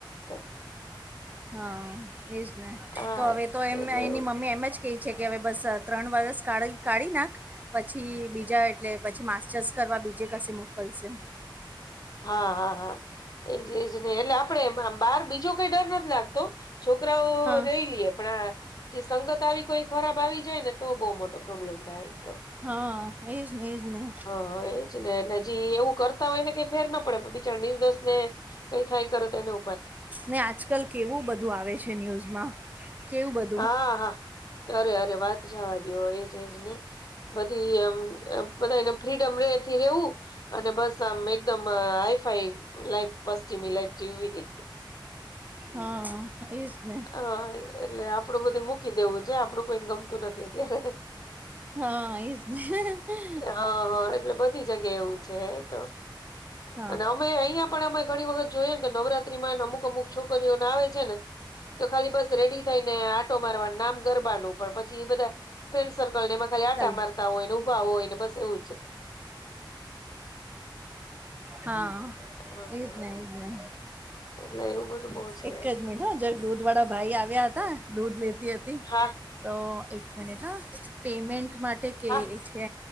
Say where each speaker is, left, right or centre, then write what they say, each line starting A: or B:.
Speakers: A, on the left (about 50°); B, on the right (about 20°).
A: તો
B: હા એજ ને
A: હા
B: તો હવે તો એમ
A: એટલે
B: એની
A: એવું
B: મમ્મી એમ જ. કે છે કે હવે બસ ત્રણ વર્ષ કાઢી કાઢી નાખ. પછી બીજા એટલે પછી માસ્ટર્સ કરવા બીજે કશે મોકલશે.
A: હા હા હા એજ એજ ને એટલે આપડે એમ આમ. બાર બીજો કઈ ડર નથી લાગતો છોકરાઓ
B: હા
A: રહી લઈએ પણ આ જે સંગત આવી કોઈ. ખરાબ આવી જાય ને તો બહુ મોટો પ્રોબ્લેમ થાય તો.
B: હા એજ ને એજ ને.
A: હા એજને જી એવું કરતા હોય ને કે. ફેર ના પડે બીચાર નિર્દોષ ને કઈ થાય કરે તો એનો.
B: ને આજકાલ કેવું બધું આવે છે ન્યૂઝમાં કેવું બધું.
A: હા હા અરે અરે વાત જવા દયો એજ એજ ને. બધી એમ બધા એને ફ્રીડમ રેથી રેવું. અને બસ આમ એકદમ હાઈ ફાઈ લાઈફ પશ્ચિમી લાઈફ. જીવવી
B: હા ઇજ ને.
A: હા એટલે આપડું બધું મૂકી દેવું છે આપડું કોઈને ગમતું નથી અત્યારે
B: હા એજ ને
A: હા હા એટલે બધી જગ્યા એવું છે એતો.
B: હા
A: <unintelligible> અને અમે અહીંયા પણ અમે ઘણી વખત જોયએ ને તો નવરાત્રીમાં અમુક અમુક છોકરીઓને આવે છે ને. તો ખાલી બસ રેડી થઈ ને આટો મારવાનું નામ ગરબાનું પણ પછી ઇ બધા. ફ્રેન્ડ સર્કલ ને એમાં ખાલી આટા
B: કલ
A: મારતા હોય ને ઉભા હોયને બસ એવું છે.
B: હા હા
A: હા
B: ઇજ
A: હા
B: ને ઇજ ને.
A: એટલે એવું બધું બહુ છે
B: એક જ મિનટ હ જરાક દૂધ વાળા ભાઈ આવ્યા હતા દૂધ લેતી હતી.
A: હા
B: તો એક મિનિટ હા પેમેન્ટ માટે કે
A: હા
B: છે